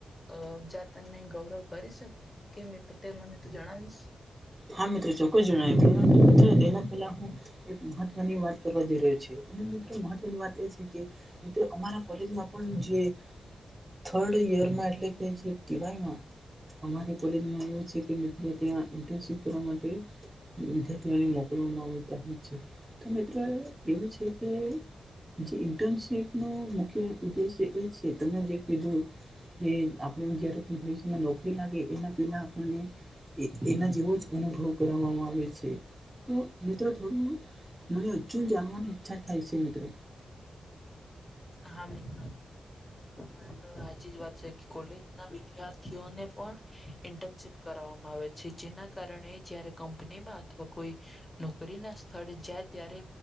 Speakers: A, on the left; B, on the right.
A: અહ જાતને ગૌરવ કરી શકે મિત્ર તે મને તો જણાવીશ.
B: હા મિત્રો ચોક્કસ જણાવ પરંતુ તેના પેલા હું એક મહત્વની વાત કરવા જઈ રહ્યો અને મિત્રો મહત્વની વાત એ છે કે મિત્ર અમારા કોલેજમાં પણ જે થર્ડ યર માં આટલી બેજતી હોય ને અમારી કોલેજમાં એવ છે કે, મિત્ર ત્યા ઇન્ટનશિપ કરવા માટે વિદ્યાર્થીઓને મોકલવામાં આવતા હોય છે, તો મિત્ર એવું છે કે જે ઇન્ટર્નશીપનો મુખ્ય ઉદ્દેશ્ય એ છે તમે જે કીધું એ આપણે જ્યારે ભવિષ્યમાં નોકરી લાગે એના પેલા આપને એના જેવો જ અનુભવ કરવામાં આવે છે, તો મિત્રો થોડું મને હજું જાણવાની ઈચ્છા થાય છે, મિત્ર
A: હા પરંતુ હાચી જ વાત છે કે, કોલેજના વિદ્યાર્થીઓને પણ ઇન્ટર્નશીપ કરવામાં આવે છે, જેના કારણે જયારે કંપનીમાં અથવા કોઈ નોકરીના સ્થળે જાય ત્યારે